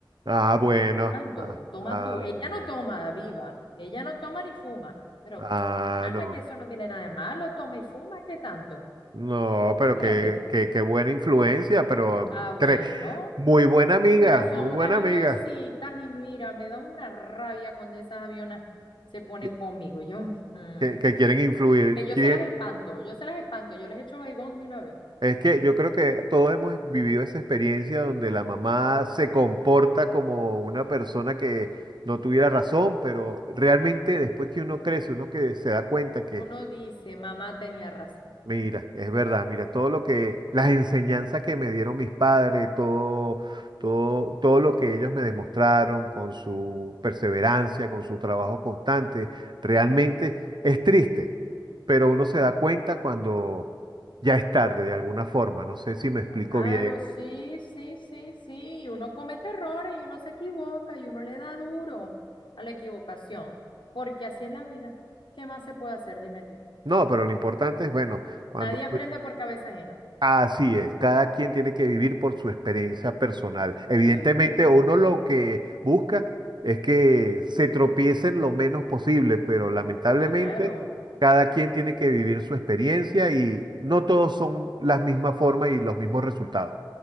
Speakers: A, on the right (about 70°); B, on the left (about 85°).
A: Ah,
B: Pero
A: bueno.
B: qué tanto,
A: Ah,
B: toma
A: ah,
B: tú. Ella no toma, viva. Ella no toma ni fuma. Pero,
A: ah,
B: <tsk> alma,
A: no.
B: que eso no tiene nada de malo, toma y fuma, ¿qué tanto?
A: No, pero
B: ¿Entiendes?
A: qué, qué, qué buena influencia, pero
B: Ah, bueno,
A: tre- muy buena amiga,
B: pero son
A: muy
B: unas
A: buena
B: avioncitas
A: amiga,
B: y mira, me da una rabia cuando esas avionas se ponen
A: que,
B: conmigo. Yo, mm,
A: que- que quieren influir.
B: que yo
A: quiere-
B: se las espanto, yo se las espanto, yo les echo baigón de una vez.
A: Es que yo creo que todos hemos vivido esa experiencia donde la mamá se comporta como una persona que no tuviera razón, pero realmente después que uno crece, uno que se da cuenta que
B: Uno dice, mamá tenía razón.
A: Mira, es verdad, mira, todo lo que, las enseñanzas que me dieron mis padres, todo, todo, todo lo que ellos me demostraron con su perseverancia, con su trabajo constante, realmente es triste, pero uno se da cuenta cuando ya es tarde de alguna forma, no sé si me explico
B: Claro,
A: bien.
B: sí, sí, sí, sí. Y uno comete errores y uno se equivoca y uno le da duro a la equivocación, porque así es la vida. ¿Qué más se puede hacer? Dime tú.
A: No, pero lo importante es, bueno, cuando,
B: Nadie aprende por cabeza ajena.
A: Así es, cada quien tiene que vivir por su experiencia personal. Evidentemente,
B: Ujú.
A: uno lo que busca es que se tropiecen lo menos posible, pero lamentablemente
B: Claro,
A: cada quien tiene que vivir su experiencia y no todos son las mismas formas y los mismos resultados.